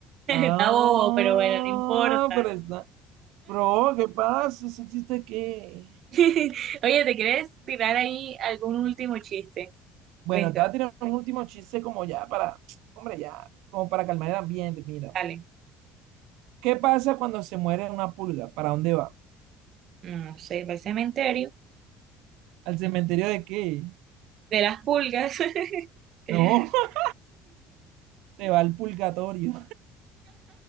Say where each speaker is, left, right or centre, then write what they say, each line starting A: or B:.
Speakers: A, on the right; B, on the right.
A: Ah,
B: Acabó, pero bueno, no importa.
A: pero está. Bro, ¿qué pasa? Ese chiste que.
B: <laughs> Oye, ¿te quieres tirar ahí algún último chiste?
A: Bueno,
B: Cuenta,
A: te voy a tirar un último chiste como ya para. Hombre, ya. Como para calmar el ambiente, mira.
B: dale.
A: ¿Qué pasa cuando se muere una pulga? ¿Para dónde va?
B: No no sé, para el cementerio.
A: ¿Al cementerio de qué?
B: De las pulgas. <laughs>
A: No, <laughs> te va al purgatorio.